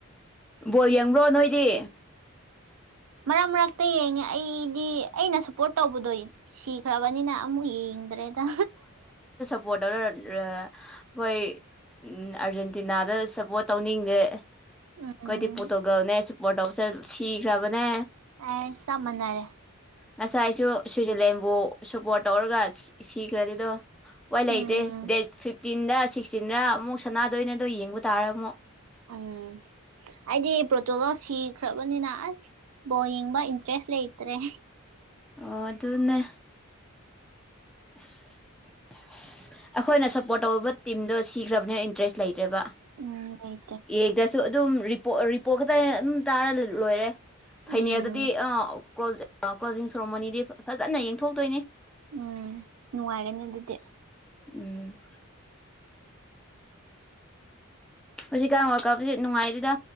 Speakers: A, in the centre; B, on the right (about 75°).
A: ꯕꯣꯜ ꯌꯦꯡꯕ꯭ꯔꯣ ꯅꯣꯏꯗꯤ
B: ꯃꯔꯛ ꯃꯔꯛꯇ ꯌꯦꯡꯉꯦ ꯑꯩꯗꯤ ꯑꯩꯅ ꯁꯞꯄꯣꯔꯠ ꯇꯧꯕꯗꯣꯌꯦ ꯁꯤꯈ꯭ꯔꯕꯅꯤꯅ ꯑꯃꯨꯛ ꯌꯦꯡꯗ꯭ꯔꯦꯗ
A: ꯐꯕꯣꯔꯗ ꯑꯩꯈꯣꯏ ꯑꯥꯔꯖꯦꯟꯇꯤꯅꯥꯗ ꯁꯞꯄꯣꯔꯠ ꯇꯧꯅꯤꯡꯗꯦ
B: ꯎꯝ
A: ꯀꯈꯣꯏꯗꯤ ꯄꯣꯇꯣꯒꯅꯦ ꯁ ꯄꯣꯔꯇꯧꯁꯦ ꯁꯤꯈ꯭ꯔꯕꯅꯦ
B: ꯑꯦ ꯆꯝꯃꯅꯔꯦ
A: ꯉꯁꯥꯏꯁꯨ ꯁ꯭ꯋꯤꯖꯔꯂꯦꯟꯕꯨ ꯁꯞꯄꯣꯔꯠ ꯇꯧꯔꯒ ꯁꯤꯈ꯭ꯔꯗꯤꯗꯣ ꯍꯣꯏ
B: ꯎꯝ
A: ꯂꯩꯇꯦ ꯗꯦꯠ ꯐꯤꯐꯇꯤꯟꯗ ꯁꯤꯛꯁꯇꯤꯟꯗ ꯑꯃꯨꯛ ꯁꯅꯥꯗꯣꯏꯅꯦ ꯑꯗꯨꯣ ꯌꯦꯡꯕ ꯇꯥꯔ ꯑꯃꯨꯛ
B: ꯎꯝ ꯑꯩꯗꯤ ꯄ꯭ꯔꯣꯇꯣꯗꯣ ꯁꯤꯈ꯭ꯔꯕꯅꯤꯅ ꯑꯁ ꯕꯣꯡ ꯊꯕ ꯏꯟꯇ꯭ꯔꯦꯁ ꯂꯦ ꯏꯇ꯭ꯔꯦ
A: ꯑꯣ ꯑꯗꯨꯅꯦ ꯑꯁ ꯑꯩꯈꯣꯏꯅ ꯁꯞꯄꯣꯔꯠ ꯇꯧꯧꯕ ꯇꯤꯝꯗꯣ ꯁꯤꯈ꯭ꯔꯕꯅꯤꯅ ꯏꯟꯇꯔꯦꯁ ꯂꯩꯇ꯭ꯔꯦꯕ
B: ꯎꯝ ꯂꯩ
A: ꯌꯦꯡꯗꯁꯨ ꯑꯗꯨꯝꯔꯤꯄ ꯔꯤꯄꯣꯠ ꯈꯛꯇ ꯑꯗꯨꯝ ꯇꯥꯔ ꯂꯣꯏꯔꯦ ꯐꯅꯦꯗꯗꯤ
B: ꯎꯝ
A: ꯑ ꯀ꯭ꯂ ꯀ꯭ꯂꯣꯖꯤꯡ ꯁꯦꯔꯣꯃꯣꯅꯤꯗꯤ ꯐꯖꯅ ꯌꯦꯡꯊꯣꯛꯇꯣꯏꯅꯦ
B: ꯎꯝ ꯅꯨꯡꯉꯥꯏꯒꯅꯤ ꯑꯗꯨꯗꯤ
A: ꯎꯝ ꯍꯧꯖꯤꯛꯀꯥꯟꯀꯥꯞꯇ ꯅꯨꯡꯉꯥꯏꯗꯦꯗ